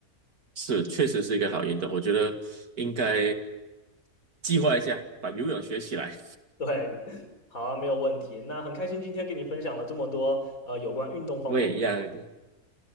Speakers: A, on the right; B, on the left.
A: 是，确实是一个好运动，我觉得应该计划一下，把游泳学起来。
B: 对，<laughs> 好啊，没有问题。那很开心今天跟你分享了这么多呃有关运动方面。
A: 我也一样，